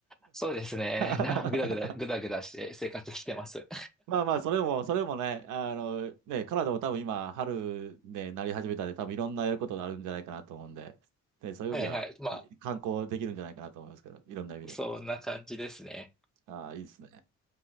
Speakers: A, in the centre; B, on the right (about 90°).
A: そうですね。
B: <laughs>
A: な、ぐだぐだ、ぐだぐだして生活してます。
B: まあまあ、それも、それもね、あの、ね、カナダも多分今、春で、なり始めたんで、多分いろんなやることがあるんじゃないかなと思うんで、
A: <laughs>
B: で、そういう意味では、
A: はいはい。まあ、
B: い観光できるんじゃないかなと思いますけど、いろんな意味で。
A: そんな感じですね。
B: ああ、いいですね。